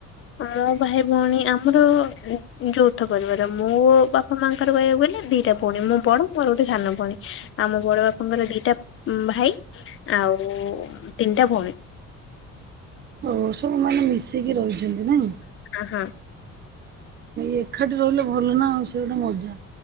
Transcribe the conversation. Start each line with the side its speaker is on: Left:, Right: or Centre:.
Left: ମୋ ଭାଇ ଭଉଣୀ ଆମର ଯୌଥ ପରିବାର ମୋ ବାପା ମାଆଙ୍କର କହିବାକୁ ଗଲେ ଦିଇଟା। ପୁଣି ମୁଁ ପୁଣି ମୋ ଗୋଟେ ସାନ ଭଉଣ ଆମ ବଡ ବାପାଙ୍କର ଦିଟା ଭାଇ ଆଉ ତିନିଟା ଭଉଣୀ।
Right: ଓ ସବୁ ମାନେ ମିଶିକି ରହିଛନ୍ତି ନାଇଁ।
Left: ଅଁ ହଁ।
Right: ଏକାଠି ରହିଲେ ଭଲ ନା ଆଉ ସେ ଗୁଟେ ମଜା।